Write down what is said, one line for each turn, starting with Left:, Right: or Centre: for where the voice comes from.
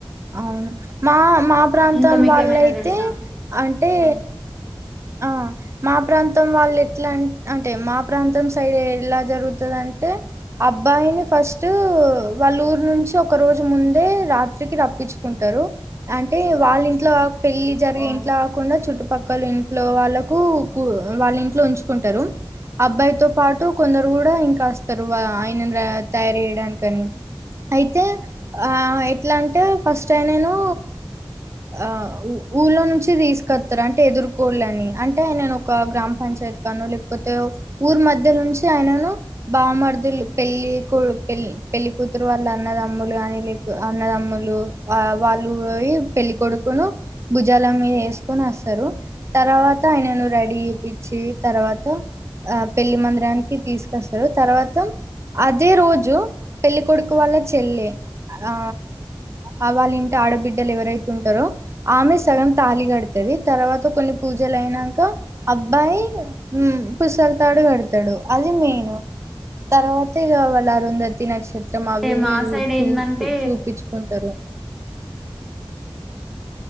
Right: అవును మా మా ప్రాంతం
Centre: ఇంకా మీకేమైనా
Right: వాళ్ళయితే
Centre: తెలుసా
Right: అంటే
Centre: ఓ
Right: ఆ మా ప్రాంతం వాళ్ళు ఎట్లా అం అంటే మా ప్రాంతం సైడ్ ఎలా జరుగుతది అం టే అబ్బాయిని ఫస్ట్ వాళ్ళురు నుంచి ఒక రోజు ముందే రాత్రికి ర ప్పిచుకుంటారు అంటే వాళ్ళ ఇంట్లో పెళ్లి జరిగే
Centre: ఆ
Right: ఇంట్లో కాకుండా చుట్టుపక్కల ఇం ట్లో వాళ్ళకు కు వాళ్ళ ఇంట్లో ఉంచుకుంటారు అబ్బాయితో పాటు కొందరు కూడా ఇంకా అస్తారు వ ఆయనని రా తయారు చేయడానికని అయితే ఆ ఎట్లాంటే ఫస్ట్ ఆయనను ఆ ఊళ్ళోనుంచి తీసుకొస్తారు అంటే ఎదురు కోళ్ళని అంటే ఆయనను ఒక గ్రామ పంచాయతీ కాడనో లేకపోతే ఊరు మధ్య నుంచి ఆయనను బామార్దులు పెళ్లి కూ పెళ్ పెళ్లి కూతురు వాళ్ళు అన్నదమ్ములు కానీ లేక అన్నదమ్ము లు ఆ వాళ్ళు పోయి పెళ్లి కొడుకుని భుజాల మీద ఏసుకొని వస్తారు తర్వాత ఆయనను రెడీ చేప్పిచ్చి తర్వాత ఆ పెళ్లి మందిరానికి తీసుకొ స్తారు తర్వాత అదే రోజు పెళ్లికొడుకు వాళ్ళ చెల్లి ఆ అ వాళింట ఆడబిడ్డలు ఎవరైతే ఉంటారో ఆమె సగం తాళి కడుతాది తర్వాత కొన్ని పూజలు అయినాంక అబ్బాయి ఉమ్మ్ పుసల్ తాడు కడతాడు అది మెయిను తర్వాత ఇగ వాళ్ళు అరుంధతి నక్ష త్రం
Centre: అంటే
Right: అవిఇవి
Centre: మా సైడ్
Right: చూ
Centre: ఏందంటే
Right: చూపిచుకుంటారు